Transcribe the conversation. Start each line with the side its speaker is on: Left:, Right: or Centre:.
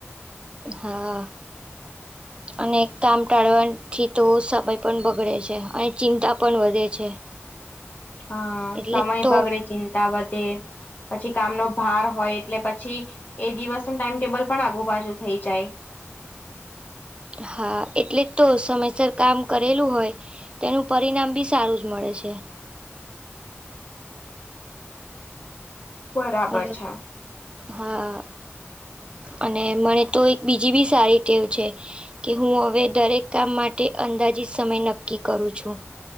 Right: હાં. અને કામ ટાળવાથી તો સમય પણ બગડે છે અને ચિંતા પણ વધે છે. <inaudible>
Left: હા
Right: એટલે
Left: સમય
Right: જ તો
Left: બગડે ચિંતા વધે. પછી કામનોો ભાર હોય એટલે પછી એ દિવસ ન ટાઈમટેબલ પણ આગુબાજુ થઈ જાય.
Right: હા એટલે જ તો સમયસર કામ કરેલું હોય. તેનું પરિણામ બી સારું જ મળે છે.
Left: બરાબર
Right: અ
Left: છે.
Right: હા અને મને તો એક બીજી બી સારી ટેવ છે. કે હું હવે દરેક કામ માટે અંદાજીત સમય નક્કી કરું છું.